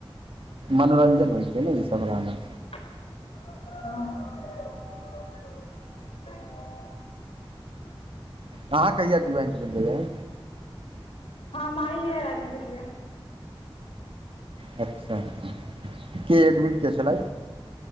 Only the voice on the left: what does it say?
ह दोसर।
हम आइए एड भेल य